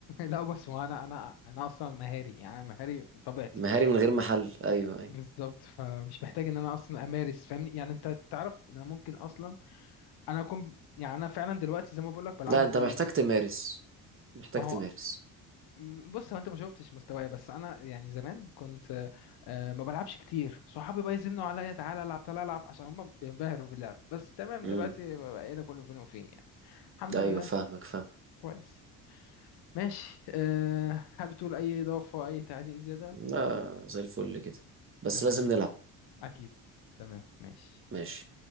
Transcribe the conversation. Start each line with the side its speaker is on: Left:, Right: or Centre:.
Left: لا بس هو انا انا انا اصلا مهاري يعني انا مهاري من طبيعتي
Right: مهاري من غير محل ايوه
Left: بالظبط
Right: ايوه
Left: فمش محتاج ان انا اصلا امارس فاهمني يعني انت تعرف ان انا ممكن اصلا انا اكون يعني انا فعلا دلوقتي زي ما بقول لك بلعبها
Right: لا انت
Left: كل
Right: محتاج
Left: يوم
Right: تمارس محتاج
Left: ما هو
Right: تمارس
Left: م- بص هو انت ما شفتش مستواي بس انا يعني زمان كنت آه، ما بلعبش كتير صحابي بقى يزنوا عليا تعالى العب تعالى العب عشان هم بينبهروا في اللعب بس تمام
Right: امم
Left: دلوقتي بقينا كله فين وفين يعني الحمد
Right: ايوه
Left: لله
Right: فاهمك فاهم
Left: كويس ماشي أه حابب تقول اي اضافه اي تعليق زياده
Right: لا زي الفل كده بس
Left: تمام
Right: لازم نلعب
Left: اكيد تمام ماشي
Right: ماشي